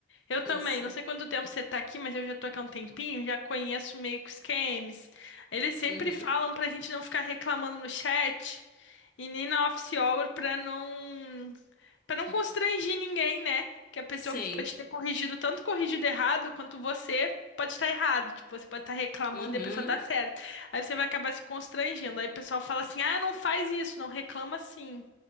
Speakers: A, on the left; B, on the left.
A: Eu também.
B: Isso.
A: Não sei quanto tempo você tá aqui, mas eu já tô aqui há um tempinho, já conheço meio que os games. Eles sempre
B: Uhum.
A: falam pra gente não ficar reclamando no chat e nem na office hour pra não para não constranger ninguém, né? Que a pessoa
B: Sei.
A: pode ter corrigido tanto corrigido errado quanto você pode estar errado. Tipo, você pode estar reclamando
B: Uhum.
A: e a pessoa tá certa. Aí você vai acabar se constrangendo. Aí o pessoal fala assim: "Ah, não faz isso, não reclama assim".